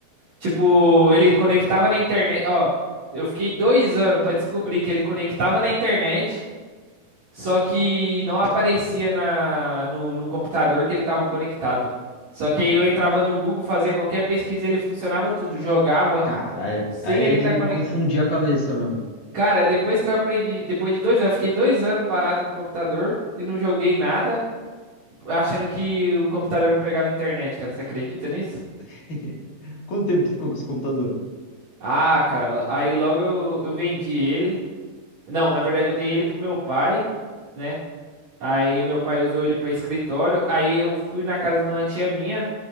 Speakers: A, on the right (about 45°); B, on the left (about 50°).
A: Tipo, ele conectava na internet. Ó, eu fiquei dois anos pra descobrir que ele conectava na internet. Só que não aparecia na, no, no computador que ele estava conectado. Só que aí eu entrava no Google, fazia qualquer pesquisa, ele funcionava tudo. Jogava
B: Caralho.
A: sem
B: Aí
A: ele
B: é de
A: estar conectado.
B: confundir a cabeça mesmo.
A: Cara, depois que eu aprendi, depois de dois anos, eu fiquei dois anos parado com o computador e não joguei nada, achando que o computador não pegava internet, cara. Você acredita nisso?
B: <laughs> Quanto tempo tu ficou com esse computador?
A: Ah, cara, aí logo eu, eu vendi ele. Não, na verdade eu dei ele pro meu pai, né? Aí meu pai usou ele pra escritório. Aí eu fui na casa de uma tia minha